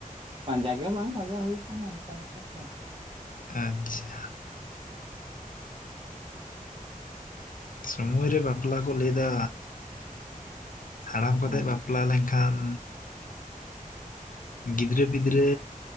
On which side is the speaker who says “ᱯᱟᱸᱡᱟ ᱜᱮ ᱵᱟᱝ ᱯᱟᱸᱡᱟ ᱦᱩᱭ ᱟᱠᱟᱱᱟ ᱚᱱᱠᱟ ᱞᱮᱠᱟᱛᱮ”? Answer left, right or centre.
Right